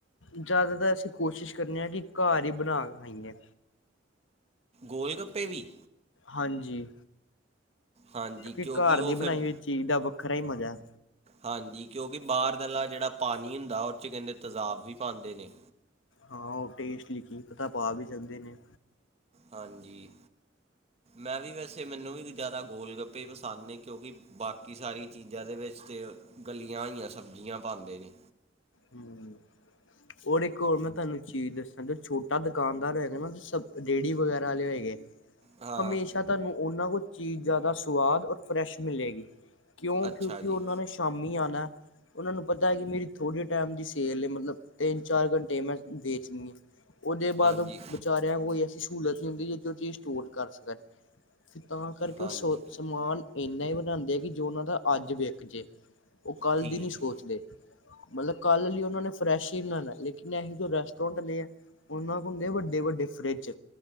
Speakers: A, on the left; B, on the right.
A: ਜ਼ਿਆਦਾਤਰ ਅਸੀਂ ਕੋਸ਼ਿਸ਼ ਕਰਨੇ ਹਾਂ ਕਿ ਘਰ ਹੀ ਬਣਾ ਕੇ ਖਾਈਏ।
B: ਗੋਲ ਗੱਪੇ ਵੀ।
A: ਹਾਂਜੀ।
B: ਹਾਂਜੀ
A: ਕਿਉਂਕਿ ਘਰ
B: ਉਹ
A: ਦੀ ਬਣਾਈ
B: ਫਿਰ
A: ਹੋਈ ਚੀਜ਼ ਦਾ ਖਰਾ ਹੀ ਮਜ਼ਾ।
B: ਹਾਂਜੀ। ਕਿਉਂਕਿ ਬਾਹਰ ਦਾ ਜਿਹੜਾ ਪਾਣੀ ਹੁੰਦਾ ਉਹ ਚ ਕਹ ਦੇ ਤਜ਼ਾਾਬ ਵੀ ਪਾਉਂਦੇ ਨੇ।
A: ਹਾਂ ਉਹ ਟੇਸਟ ਲਿਖੀ ਪਤਾ ਪਾ ਵੀ ਸਕਦੇ ਨੇ।
B: ਹਾਂਜੀ ਮੈਂ ਵੀ ਵੈਸੇ ਮੈਨੂੰ ਵੀ ਜ਼ਿਆਦਾ ਗੋਲ ਗੱਪੇ ਸਾਨੇ ਕਿਉਂਕਿ ਬਾਕੀ ਸਾਰੀ ਚੀਜ਼ਾਂ ਦੇ ਵਿੱਚ ਤਾਂ ਗਲੀਆਂ ਹੋਈਆਂ ਸਬਜ਼ੀਆਂ ਪਾਉਂਦੇ ਨੇ।
A: ਹਮ ਰ ਇੱਕ ਹੋਰ ਮੈਂ ਤੁਹਾਨੂੰ ਚੀਜ਼ ਦੱਸਾਂ ਜੋ ਛੋਟਾ ਦੁਕਾਨਦਾਰ ਹੈਗਾ ਨਾ ਸ ਰੇਹੜੀ ਵਗੈਰਾ ਵਾਲੇ ਹੋਏਗੇ।
B: ਹਾਂ
A: ਹਮੇਸ਼ਾ ਤੁਹਾਨੂੰ ਉਹਨਾਂ ਕੁ ਚੀਜ਼ ਜ਼ਿਆਦਾ ਸੁਵਾਦ ਰ ਫਰੈਸ਼ ਮਿਲੇਗੀ। ਕਿਉਂ
B: ਅੱਛਾ
A: ਕਿਉਂਕਿ
B: ਜੀ
A: ਉਹਨਾਂ ਨੇ ਸ਼ਾਮੀ ਆਉਣਾ। ਉਹਨਾਂ ਨੂੰ ਪਤਾ ਹੈ ਕਿ ਮੇਰੇ ਤੋਂ ੜੇ ਟਾਈਮ ਦੀ ਸੇਲ ਹੈ ਮਤਲਬ ਤਿੰਨ ਚਾਰ ਘੰਟੇ ਮੈਂ ਵੇਚਣੀ ਹੈ। ਉਹਦੇ ਬਾਅਦ
B: ਹਾਂਜੀ
A: ਵਿਚਾਰਿਆਂ ਕੋਈ ਸਹੂਲਤ ਨਹੀਂ ਹੁੰਦੀ ਜੀ ਜੋ ਚੀਜ਼ ਸਟੋਰ ਕਰ ਸਕੇਗਾ। ਫੇਰ ਤਾਂ ਕਰਕੇ
B: ਹਾਂਜੀ
A: ਉਹ ਸੋ ਸਮਾਨ। ਇੰਨਾ ਹੀ ਵਧਾਉਂਦੇ ਆ ਕਿ ਜੋ ਉਹਨਾਂ ਦਾ ਅੱਜ ਵਿਕ ਜੇ। ਉਹ ਕੱਲ੍ਹ
B: ਠੀਕ
A: ਦੀ ਨਹੀਂ ਸੋਚਦੇ।
B: ਹੈ
A: ਮਤਲਬ ਕੱਲ ਲਈ ਉਹਨਾਂ ਨੇ ਫਰੈਸ਼ ਹੀ ਬਣਾਉਣਾ ਲੇਕਿਨ ਇਹ ਜੋ ਰੈਸਟੋਰੈਂਟ ਲਏ ਹੈ ਉਹਨਾਂ ਕੋਲ ਹੁੰਦੇ ਆ ਵੱਡੇ ਵੱਡੇ ਫਰਿੱਜ